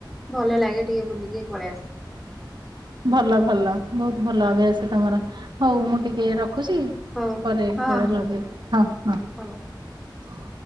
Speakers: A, in the centre; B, on the right.
A: ଭଲ ଲାଗେ ଟିକେ ବୁଲିକି ପଳେଇ ଆସେ।
B: ଭଲ ଭଲ ବହୁତ ଭଲ ଅଭ୍ୟାସ
A: ହୁଁ
B: ତମର। ହଉ ମୁଁ ଟିକେ ରଖୁଛି
A: ହଉ
B: ପରେ କେତେବେଳେ
A: ହଁ ହଁ
B: ଲଗେଇବି, ହଁ ହଁ।
A: ହଉ।